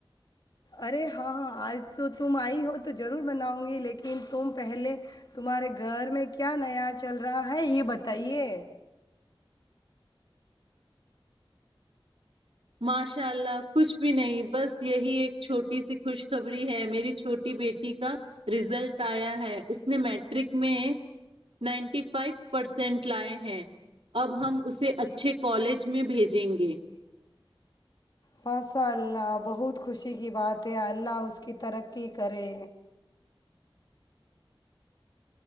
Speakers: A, on the left; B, on the right.
A: ارے ہاں ہاں آج تو تم آئی ہو تو ضرور بناؤ گی لیکن تم پہلے تمہارے گھر میں کیا نیا چل رہا ہے یہ بتائیے
B: ماشاء اللہ کچھ بھی نہیں بس یہی ایک چھوٹی سی خوشخبری ہے میری چھوٹی بیٹی کا رزلٹ آیا ہے اس نے میٹرک میں نائنٹی فائیو پرسینٹ لائے ہیں اب ہم اسے اچھے کالج میں بھیجیں گے
A: ماشاءاللہ بہت خوشی کی بات ہے اللہ اس کی ترقی کرے